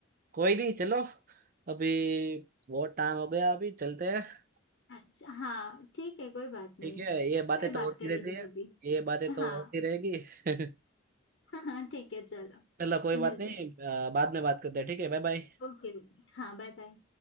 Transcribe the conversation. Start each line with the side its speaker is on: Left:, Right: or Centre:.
Right: कोई नहीं चलो अभी बहुत टाइम हो गया अभी चलते हैं
Left: अच्छा हाँ ठीक है कोई बात नहीं
Right: ठीक है ये बातें
Left: फिर
Right: तो
Left: बात
Right: होती
Left: करेंगे
Right: रहती है
Left: कभी
Right: ये बातें तो
Left: हाँ
Right: होती रहेगी <laughs>
Left: <laughs> हाँ ठीक है चलो
Right: चलो कोई बात
Left: मिलते
Right: नहीं
Left: हैं
Right: अ, बाद में बात करते हैं ठीक है बाय बाय
Left: ओके हाँ बाय बाय